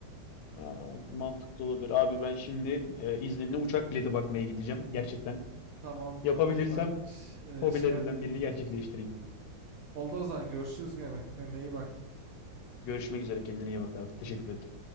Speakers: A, on the left; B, on the right.
A: Aa, mantıklı olabilir. Abi ben şimdi e, İzninle uçak bileti bakmaya gideceğim gerçekten.
B: Tamam tamam
A: Yapabilirsem
B: ben ş-
A: hobilerimden
B: e, şey yapmayayım.
A: birini gerçekleştireyim.
B: Oldu o zaman görüşürüz gene. Kendine iyi bak.
A: Görüşmek üzere kendine iyi bak abi. Teşekkür ederim.